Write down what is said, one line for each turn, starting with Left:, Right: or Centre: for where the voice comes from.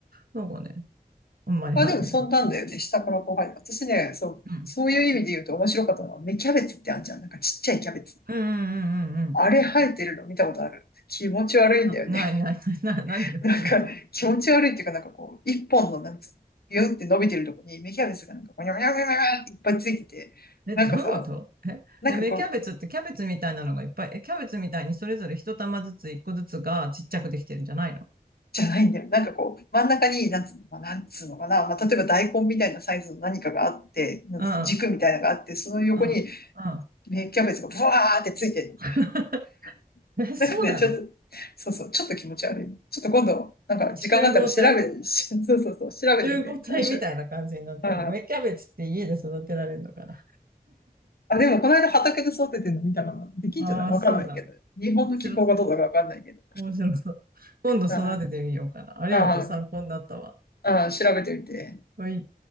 Right: なんかね、あんまり生えてない。
Left: まあ、でもそんなんだよね。下からこう入る。私ね、そう、
Right: うん。
Left: そういう意味で言うと面白かったのは、芽キャベツってあんじゃん。なんかちっちゃいキャベツ。
Right: うんうんうんうんうん。
Left: あれ生えてるの見たことある。気持ち悪いんだよね。
Right: な、ないないない、な、何が気持ち。
Left: <laughs> なんか気持ち悪いっていうか、なんかこう、一本のなんつうの、ビューって伸びてるとこに芽キャベツがなんか、ゴニョゴニョゴニョゴニョっていっぱいついてて、
Right: え、
Left: なんかさ、
Right: どういうことえ、
Left: なんかこう、
Right: え芽キャベツってキャベツみたいなのがいっぱい。え、キャベツみたいにそれぞれ一玉ずつ一個ずつがちっちゃくできてるんじゃないの
Left: じゃないんだよ。なんかこう、真ん中に、なんつうのかな、なんつうのかな、まあ、例えば大根みたいなサイズの何かがあって、なんつうの軸みたいなのがあって、
Right: うん、
Left: その横に、
Right: うん、うん。
Left: 芽キャベツがブワーってついてる
Right: <laughs>
Left: <laughs>
Right: え、そうなの
Left: なんかね、ちょっと、そうそう、ちょっと気持ち悪い。ちょっと今度、なんか時間があったら調べて、
Right: 集合体
Left: <laughs> しそうそうそう、調べてみて、
Right: 集合体みたいな感じになってるの。
Left: 面白い。あ
Right: 芽キャベツって家で育てられるのかな
Left: あ、でもこの間畑で育ててるの見たかな。できんじゃないわかんないけど。
Right: あ <laughs> あー、そうなんだ。
Left: 日本の気候がどうだかわかんないけど。
Right: 面白そう。面白そう。今度育ててみようかな。
Left: あ
Right: ありがとう、
Left: あ、あ
Right: 参考になったわ。
Left: あ、ああ調べてみて。
Right: はい。